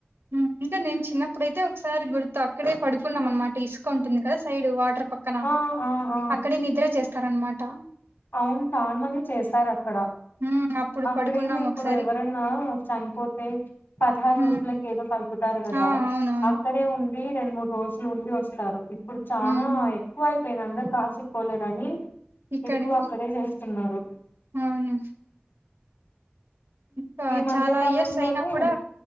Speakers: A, on the right; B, on the left.
A: హ్మ్. ఇంకా నేను చిన్నప్పుడైతే ఒకసారి గుర్తు అక్కడే పడుకున్నాం అనమాట ఇసుక వుంటుంది కదా సైడు వాటర్ పక్కన
B: ఆ ఆ ఆ
A: అక్కడే నిద్ర చేస్తారనమాట
B: అవును చానా మంది చేస్తారు అక్కడ
A: హ్మ్. అప్పుడు
B: అక్కడేమి
A: పడుకున్నాం
B: ఇప్పుడు
A: ఒకసారి
B: ఎవరన్నా చనిపోత్ తే పదహారు
A: హ్మ్.
B: రోజులకి ఏదో కలుపుతారు కదా
A: ఆ
B: అక్కడ
A: అవునవును
B: అక్కడే ఉండి రెండు మూడు రోజులు ఉండి వస్తారు ఇప్పుడు చానా
A: హ్మ్.
B: ఎక్కువై పోనా అందరు కాశీ పోలేరని
A: ఇక్కడే
B: ఎక్కువ అక్కడే చేస్తున్నారు.
A: అవును క
B: ఈ మధ్య
A: చాలా
B: కాలంలోనే
A: ఇయర్స్ అయినా కూడా